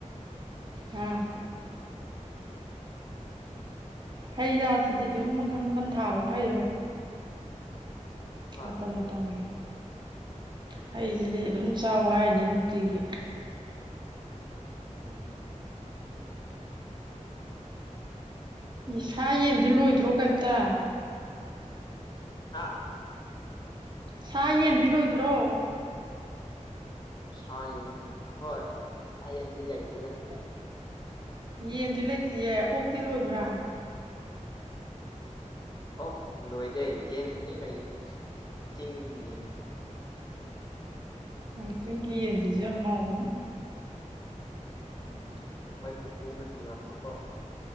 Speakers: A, on the right; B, on the left.
A: ꯍꯥꯥ
B: ꯎꯝ
A: ꯍꯩ ꯔꯥꯁꯤꯗꯤ ꯑꯗꯨꯝ ꯃꯈꯟ ꯃꯈꯟ ꯊꯥꯕ ꯐꯩ ꯍꯥꯏꯕ
B: ꯍꯣꯏ
A: ꯃꯇꯝ ꯃꯇꯝꯒꯤ ꯍꯩꯁꯤꯗꯤ ꯑꯗꯨꯝ ꯆꯥꯎ ꯍꯥꯏꯔꯤꯅꯤ ꯅꯨꯡꯇꯤꯒꯤ
B: ꯎꯝ
A: ꯁꯥ ꯌꯦꯟꯗꯤ ꯂꯣꯏꯗ꯭ꯔꯣ ꯀꯦꯝꯇ
B: ꯍꯥꯥ
A: ꯁꯥ ꯌꯦꯟꯗꯤ ꯂꯣꯏꯗ꯭ꯔꯣ
B: ꯁꯥ-ꯌꯦꯟ ꯑꯍꯣꯏ ꯁꯥ-ꯌꯦꯟꯗꯤ ꯂꯩꯇꯦꯗ
A: ꯑꯣ-ꯌꯦꯟꯗꯤ ꯂꯩꯇꯤꯌꯦ ꯑꯣꯛꯇꯤ ꯂꯣꯏꯕ꯭ꯔꯥ
B: ꯑꯣꯛ ꯂꯣꯏꯗꯦ ꯌꯦꯟ ꯑꯅꯤ ꯂꯩꯌꯦ ꯆꯤꯡꯒꯤ ꯌꯦꯟ
A: ꯎꯝ ꯆꯤꯡꯒꯤ ꯌꯦꯟꯖꯤꯖꯨ ꯌꯥꯝ ꯍꯥꯎꯕꯅꯤ
B: ꯎꯝ ꯑꯩꯈꯣꯏ ꯄꯨꯄꯨꯅ ꯄꯤꯔꯛꯄ ꯀꯣ